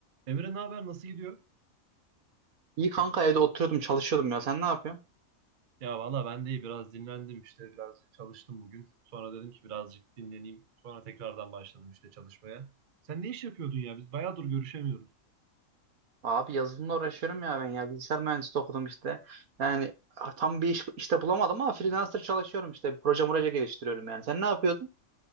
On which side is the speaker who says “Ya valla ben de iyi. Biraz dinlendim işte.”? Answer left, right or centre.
Right